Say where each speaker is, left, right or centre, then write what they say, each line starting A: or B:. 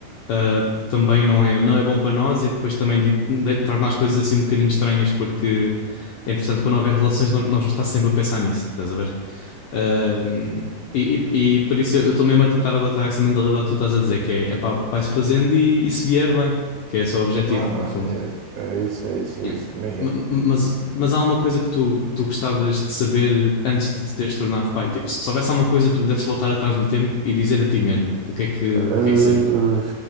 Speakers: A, on the left (about 80°); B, on the right (about 70°).
A: eh, também não é, não é bom para nós e depois também de- de- torna as coisas assim um bocadinho estranhas, porque é interessante quando houver relações, nós nós vamos estar sempre a pensar nisso, estás a ver? Um, e, e, e por isso eu estou mesmo a tentar adotar essa mentalidade que tu estás a dizer, que é, epá, vai-se fazendo e, e se vier, vem. Que é esse o objetivo,
B: Não, não,
A: no fundo.
B: é, isso, é isso, é isso, é
A: Yeah.
B: isso, imagina.
A: Ma- Mas, mas há alguma coisa que tu, que tu gostavas de saber antes de te teres tornado pai? Tipo, se se houvesse alguma coisa que tu pudesses voltar atrás no tempo e dizer a ti mesmo, o que é que,
B: Uh,
A: o que é que seria?